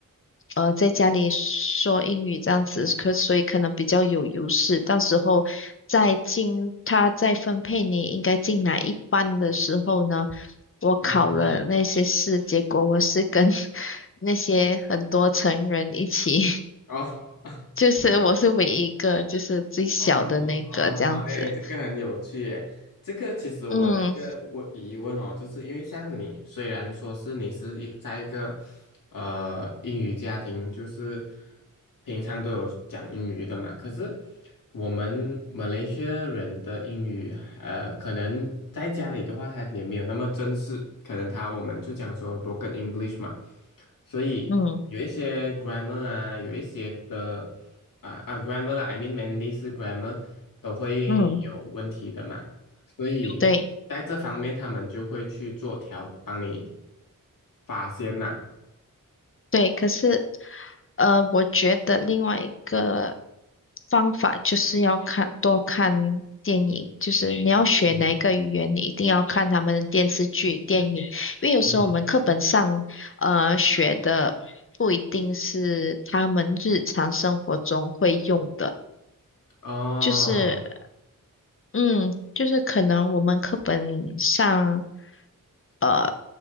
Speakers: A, on the left (about 40°); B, on the left (about 80°).
A: 呃在家里说英语这样子，可所以可能比较有优势。到时候再进他再分配你应该进哪一班的时候呢，我考了那些试，
B: 嗯，
A: 结果我是跟 <laughs> 那些很多成人一起。
B: 哦。
A: 就是我是唯一一个，就是最小的那个这样子。
B: 哦哦哦哦，哎，这个很有趣耶。这个其实我有一个我疑问哦，
A: 嗯
B: 就是因为像你，虽然说是你是一在一个呃英语家庭，就是平常都有讲英语的嘛，可是我们马来西亚人的英语，呃，可能在家里的话，他也没有那么正式，可能他我们就讲说 broken English 嘛，所以有一些
A: 嗯
B: grammar 啊，有一些的。啊啊，grammar 啦，I mean mainly 是 grammar 都会有问题的嘛，
A: 嗯，
B: 所以在这方面他们就会去做调，
A: 对
B: 帮你发现呐。
A: 对。可是呃，我觉得另外一个方法就是要看多看电影，就是你要学哪一个语言，
B: 嗯
A: 你一定要看他们的电视剧、电影，因为有时候我们课本上呃学的不一定是他们日常生活中会用的。
B: 嗯，哦，
A: 就是嗯，就是可能我们课本上，呃，